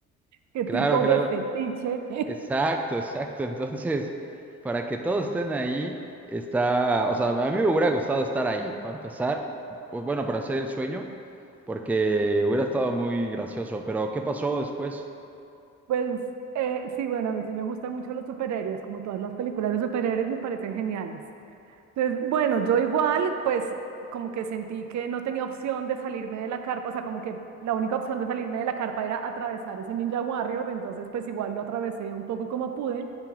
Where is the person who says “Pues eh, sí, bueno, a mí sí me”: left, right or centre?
Right